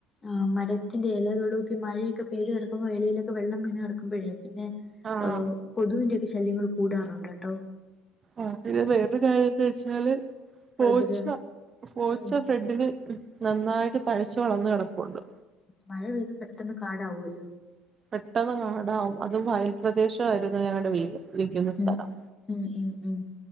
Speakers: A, on the left (about 30°); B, on the right (about 35°).
A: ആഹ് മരത്തിന്റെ ഇലകളിലൊക്കെ മഴയൊക്കെ പൈത് കിടക്കുമ്പോ ഇലയിലൊക്കെ വെള്ളം വീണ് കിടക്കുമ്പോഴേ പിന്നെ
B: ആഹ്
A: ഹ് കൊതുകിന്റെയൊക്കെ ശല്യങ്ങൾ കൂടാറുണ്ട് കേട്ടോ
B: ആഹ് പിന്നെ വേറൊരു കാര്യംന്താന്ന് വെച്ചാല് പോച്ച
A: പ്രതിരോധ
B: പോച്ച
A: ഉം
B: ഫ്രെന്റില് നന്നായിട്ട് തഴച്ച് വളർന്ന് കിടപ്പുണ്ട്
A: മഴ പെയ്ത പെട്ടെന്ന് കാടാവോല്ലോ
B: പെട്ടെന്ന് കാടാവും അതും വയൽ പ്രദേശമായിരുന്നു ഞങ്ങളുടെ വീട് നിക്കുന്ന സ്ഥലം
A: ഉം ഉം ഉം ഉം